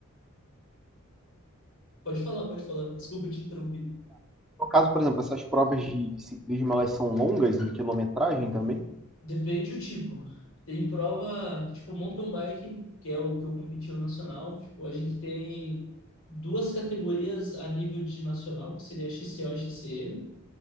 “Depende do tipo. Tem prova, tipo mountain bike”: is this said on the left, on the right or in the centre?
Left